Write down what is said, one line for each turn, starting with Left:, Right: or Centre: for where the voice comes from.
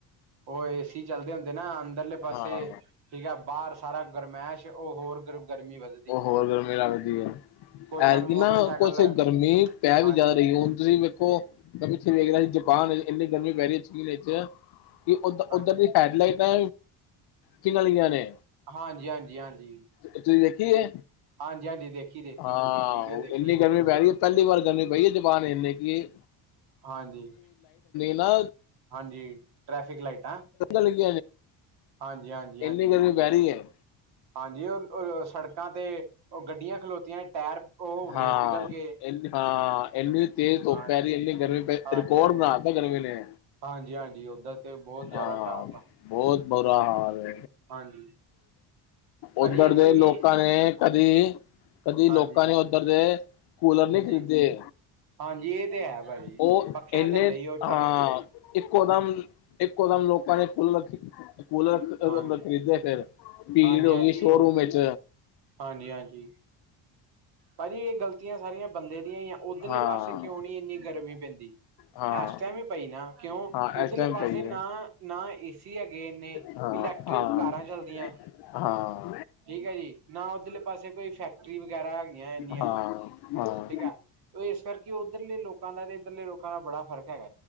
Right: ਉਹ ਏਸੀ ਚੱਲਦੇ ਹੁੰਦੇ ਨਾ ਅੰਦਰਲੇ ਪਾਸੇ
Left: ਹਾਂ
Right: ਠੀਕ ਹੈ ਬਾਹਰ ਸਾਰਾ ਗਰਮੈਸ਼ ਉਹ ਹੋਰ ਗਰ ਗਰਮੀ ਵਧ
Left: ਉਹ ਹੋਰ ਗਰਮੀ ਲੱਗਦੀ ਹੈ
Right: ਕੁਛ
Left: ਐਰ
Right: ਮੋਟਰਸਾਈਕਲ
Left: ਕਿ ਨਾ ਕੁਛ ਗਰਮੀ ਪੈ ਵੀ
Right: ਹਾਂਜੀ
Left: ਜ਼ਿਆਦਾ ਰਹੀ ਹੁਣ ਤੁਸੀਂ ਦੇੋ ਤਾਂ ਪਿੱਥੇ ਵੇਖ ਰਿਹਾ ਸੀ ਜਪਾਨ ਵਿੱਚ ਇੰਨੀ ਗਰਮੀ ਪੈ ਰਹੀ ਹੈ ਚੀਨ ਵਿੱਚ ਕਿ ਉ
Right: ਹਾਂਜੀ
Left: ਉੱਧਰ ਦੀ ਹੈਡਲਾਈਟਾਂ ਕਿਨੀਆਂ ਨੇ
Right: ਹਾਂਜੀ ਹਾਂਜੀ ਹਾਂਜੀ
Left: ਤੁਸੀਂ ਦੇਖੀ ਹੈ
Right: ਹਾਂਜੀ ਹਾਂਜੀ ਦੇਖੀ ਦੇਖੀ
Left: ਹਾਂ
Right: ਮੈਂ ਵੀਡੀਓ ਦੇਖੀ
Left: ਇੰਨੀ
Right: ਸੀ
Left: ਗਰਮੀ ਪੈ ਰਹੀ ਹੈ ਪਹਿਲੀ ਵਾਰ ਜਾਂਦੇ ਪਾਈਏ ਜਬਾਨ ਇੰਨੇ ਕਿ ਇਹ
Right: ਹਾਂਜੀ
Left: ਨਾ
Right: ਹਾਂਜੀ ਟ੍ਰੈਫਿਕ ਲਾਈਟਾਂ
Left: ਲੱਗ
Right: ਹਾਂਜੀ ਹਾਂਜੀ
Left: ਇੰਨੀ
Right: ਹਾਂਜੀ
Left: ਗਰਮੀ ਪੈ ਰਹੀ ਹੈ
Right: ਹਾਂਜੀ ਉਹ ਸੜਕਾਂ ਤੇ ਉਹ ਗੱਡੀਆਂ ਖਲੋਤੀਆਂ ਟਾਇਰ ਉਹ ਹੋ ਗਏ
Left: ਹਾਂ
Right: ਪਿਘਲ ਗਏ
Left: ਨੀ ਹਾਂ ਇੰਨੀ ਤੇਜ਼ ਧੁੱਪ
Right: ਹਾਂਜੀ
Left: ਪੈ ਰਹੀ ਇਨੀ ਗਰਮੀ ਪੈ
Right: ਹਾਂਜੀ
Left: ਰਿਕਾਰਡ
Right: ਹਾਂਜੀ
Left: ਬਣਾ ਤਾ ਗਰਮੀ ਨੇ
Right: ਹਾਂਜੀ ਹਾਂਜੀ ਉੱਧਰ ਤੇ ਬਹੁਤ ਜ਼ਿਆਦਾ
Left: ਹਾਂ
Right: ਖ਼ਰਾਬ ਆ
Left: ਬਹੁਤ ਬੁਰਾ ਹਾਲ
Right: ਹਾਂਜੀ ਭਾਜੀ
Left: ਉੱਧਰ
Right: ਇੱਧਰ
Left: ਦੇ
Right: ਵੀ
Left: ਲੋਕਾਂ ਨੇ ਕਦੀ ਕਦੀ ਲੋਕਾਂ
Right: ਹਾਂਜੀ
Left: ਨੇ ਉੱਧਰ ਦੇ ਕੂਲਰ ਨਹੀਂੀ
Right: ਹਾਂਜੀ
Left: ਖਰੀਦੇ
Right: ਹਾਂਜੀ ਇਹ ਤੇ ਹੈ ਭਾਜੀੀ
Left: ਉਹ
Right: ਪੱਖਿਆਂ
Left: ਇੰਨੇ
Right: ਥੱਲੇ ਹੀ ਉਹ
Left: ਹਾਂ
Right: ਚੱਲ ਦਿੰਦੇ
Left: ਇੱਕੋ ਦਮ ਇੱਕੋ ਦਮ ਲੋਕਾਂ ਨੇ ਕੂਲਰ ਕੂਲਰ
Right: ਹਾਂਜੀ
Left: ਖਰੀਦੇ ਫਿਰ ਭੀੜ
Right: ਹਾਂਜੀ
Left: ਹੋ
Right: ਹਾਂਜੀ
Left: ਗਈ ਸ਼ੋਰੂਮ
Right: ਹੈ
Left: ਹੈਥ
Right: ਹਾਂਜੀ ਹਾਂਜੀ ਭਾਜੀ ਇਹ ਗਲਤੀਆਂ ਸਾਰੀਆਂ ਬੰਦੇ ਦੀਆਂ ਹੀ ਆ ਉੱਧਰਲੇ
Left: ਹਾਂ
Right: ਪਾਸੇ ਕਿਉਂ ਨਹੀਂ ਇੰਨੀ ਗਰਮੀ ਪੈਂਦੀ।
Left: ਹਾਂ
Right: ਇਸ ਟਾਈਮ ਹੀ ਪਈ ਨਾ ਕਿਉਂ
Left: ਹਾਂ
Right: ਉੱਧਰਲੇ
Left: ਇਸ ਟਾਈਮ
Right: ਪਾਸੇ
Left: ਪਈ
Right: ਨਾ
Left: ਹੈ
Right: ਨਾ ਏ ਸੀ ਹੈਗੇ ਇੰਨੇ
Left: ਹਾਂ
Right: ਇਲੈਕਟ੍ਰਿਕ
Left: ਹਾਂ
Right: ਕਾਰਾਂ ਚੱਲਦੀਆਂ
Left: ਹਾਂ
Right: ਠੀਕ ਹੈ ਜੀ ਨਾ ਉੱਧਲੇ ਪਾਸੇ ਕੋਈ ਫੈਕਟਰੀ ਵਗੈਰਾ ਹੈਗੀਆਂ ਇੰਨੀਆਂ
Left: ਹਾਂ ਹਾਂ
Right: ਠੀਕ ਆ ਇਸ ਕਰਕੇ ਉੱਧਰਲੇ ਲੋਕਾਂ ਦਾ ਤੇ ਇੱਧਰਲੇ ਲੋਕਾਂ ਦਾ ਬੜਾ ਫ਼ਰਕ ਹੈਗਾ